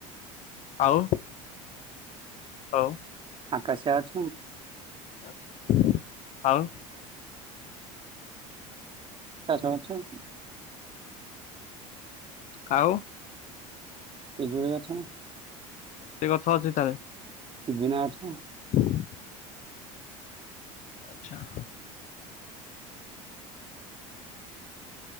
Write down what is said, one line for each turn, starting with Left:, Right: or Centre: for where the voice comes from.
Left: ଆଉ ହଉ
Right: ଆକାଶ ଅଛୁ
Left: ଆଛା ଆଉ
Right: ଚା ସମଛ
Left: କାଉ
Right: ପିଜୁଳି ଗଛ
Left: ସେ ଗଛ ଅଛି ତାହେଲେ
Right: ବିନା ଅଛ
Left: <inaudible> ଆଚ୍ଛାଆ